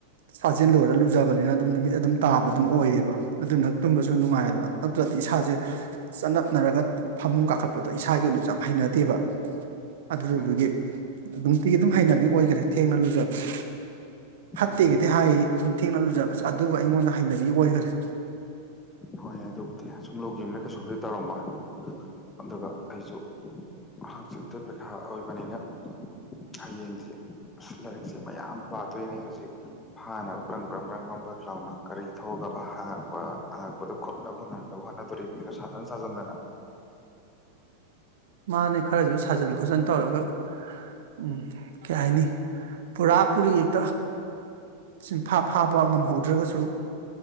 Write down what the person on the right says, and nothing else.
ꯁꯥꯥꯖꯦꯜ ꯂꯣꯏꯔ ꯂꯨꯖꯕꯅꯤꯅ ꯑꯗꯨꯝ ꯅꯨꯃꯤꯠ ꯑꯗꯨꯝ ꯇꯥꯕ ꯑꯗꯨꯝ ꯑꯣꯏꯌꯦꯕ ꯑꯗꯨꯅ ꯇꯨꯝꯕꯁꯨ ꯅꯨꯡꯉꯥꯏꯑꯕ ꯅꯠꯇ꯭ꯔ ꯏꯁꯥꯁꯦ ꯆꯠꯅꯞꯅꯔꯒ ꯐꯃꯨꯡ ꯀꯥꯈꯠꯄꯗꯨ ꯑꯗꯣ ꯏꯁꯥꯒꯤ ꯑꯣꯏꯅ ꯌꯥꯝ ꯍꯩꯅꯗꯦꯕ ꯑꯗꯨ
ꯑꯗꯨꯒꯤ ꯑꯗꯨ ꯇꯒꯤ ꯑꯗꯨꯝ ꯍꯩꯅꯕꯤ ꯑꯣꯏꯈꯔꯦ ꯊꯦꯡꯅ ꯂꯨꯖꯕ <unintelligible> ꯐꯠꯇꯒꯗꯤ
ꯍꯥꯏ ꯊꯦꯡꯅ ꯂꯨꯖꯕꯁꯦ ꯑꯗꯨꯕꯨ ꯑꯩꯉꯣꯟꯗ ꯍꯩꯅꯕꯤ ꯑꯣꯏꯈ꯭ꯔꯦ
ꯃꯥꯅꯦ ꯈꯔꯁꯨ ꯁꯥꯖꯟ ꯈꯣꯠꯆꯤꯟ ꯇꯧꯔꯒ ꯎꯝ ꯀꯩ ꯍꯥꯏꯅꯤ ꯄꯨꯔꯥ ꯄꯨꯔꯤ ꯍꯦꯛꯇ ꯁꯤꯐꯥ ꯐꯥꯕ ꯉꯝꯍꯧꯗ꯭ꯔꯒꯁꯨ